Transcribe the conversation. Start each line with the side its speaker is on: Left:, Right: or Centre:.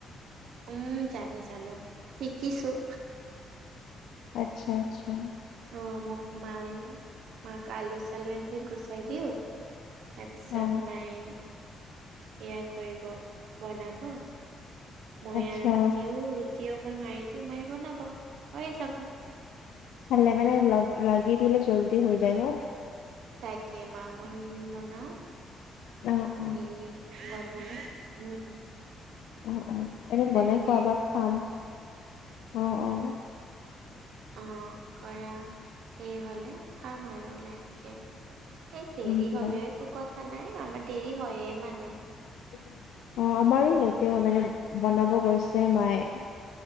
Right: উম, জানো জানো, শিকিছোঁ‌।
Left: আটচ্ছা আটচ্ছা।
Right: অ', মোক মায়ে, মাক আলু-চালু এনেকে গুচাই দিওঁ‌ তাৰপিছত,
Left: অ
Right: মায়ে এয়া কৰিব, বনাব, মই
Left: আচ্ছা
Right: আৰু দিওঁৰ। দিওঁ মই মাৰি দিওঁ মা বনাব হৈয়ে যাব
Left: ভালে মানে লগ-লাগি দিলে জল্দি হৈ যায় ন?
Right: তাকে মা মই মিলি বনাওঁ‌।
Left: অ অ
Right: মিলি বনালে, উম।
Left: অ'-অ' এনেই
Right: তাকে
Left: বনাই খোৱা বোৱা খাম, অ'-অ'।
Right: উম, কৰা শেষ হ'লে খাম আৰু লাহেকে। সেই দেৰি
Left: উম দিয়া
Right: হলেও একো কথা নাই, আমাৰ দেৰি হয়ে মানে।
Left: অ', আমাৰো লেতে হয় মানে, বনাব গৈছে মায়ে।